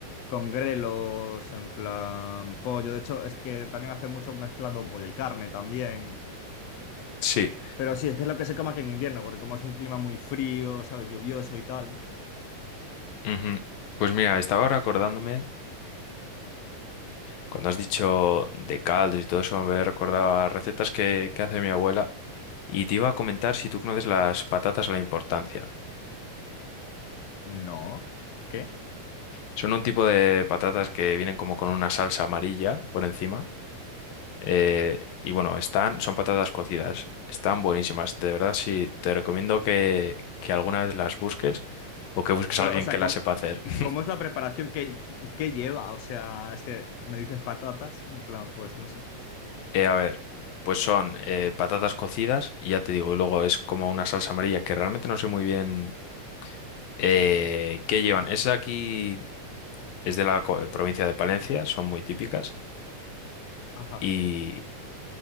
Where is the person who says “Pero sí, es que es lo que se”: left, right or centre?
Left